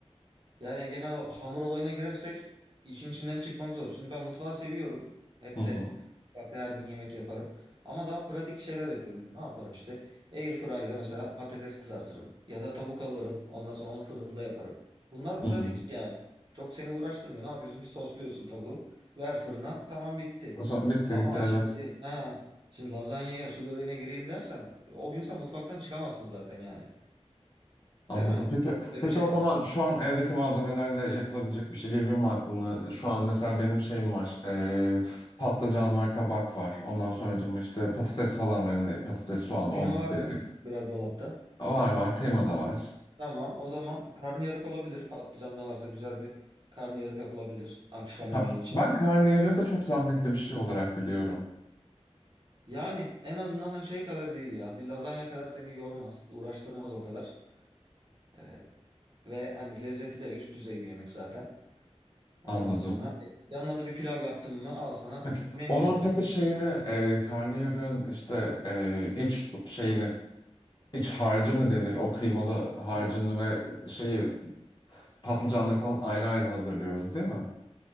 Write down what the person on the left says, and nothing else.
Hı hı,
hı
hı.
O zaman bitti
gitti evet.
Anladım.
Peki,
peki
o zaman
şu an evdeki malzemelerle yapılabilecek bir şey geliyor mu aklına? Şu an mesela benim şeyim var. E, patlıcan var, kabak var. Ondan sonracığıma
işte patates falan var. Hani patates, soğan
olması
gereken.
Var var. Kıyma da var.
Ka-
Ben karnıyarığı da çok zahmetli bir şey olarak biliyorum.
Anladım.
Peki,
onun
peki şeyini e, karnıyarığın işte e, iç su- şeyini iç harcı mı denir? O kıymalı harcını
ve şeyi patlıcanları falan ayrı ayrı hazırlıyoruz değil mi?